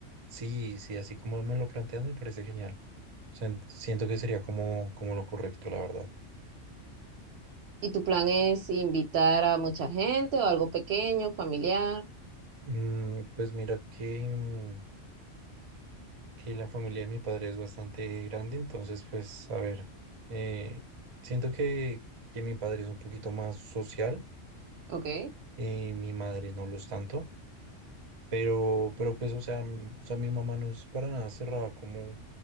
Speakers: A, on the right; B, on the right.
A: sí, sí, así como me lo planteas, me parece genial. Sen- siento que sería como, como lo correcto, la verdad.
B: ¿Y tu plan es invitar a mucha gente o algo pequeño, familiar?
A: Mm, pues mira que, mm, que la familia de mi padre es bastante grande, entonces, pues, a ver, eh, siento que, que mi padre es un poquito más social,
B: Ok, que
A: eh, mi madre no lo es tanto, pero, pero pues, o sea, mm, o sea, mi mamá no es para nada cerrada, como